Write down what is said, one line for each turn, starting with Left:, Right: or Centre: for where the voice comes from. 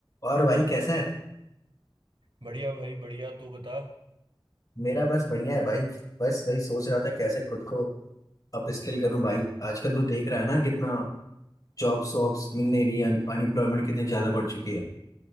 Left: और भाई कैसा है
Right: बढ़िया भाई बढ़िया तू बता
Left: मेरा बस बढ़िया है भाई बस वही सोच रहा था कैसे खुद को अपस्किल करूं भाई आजकल तो देख रहा है ना कितना जॉब्स वॉब्स मिल नहीं रही है अनएम्प्लॉयमेंट कितनी ज्यादा बढ़ चुकी है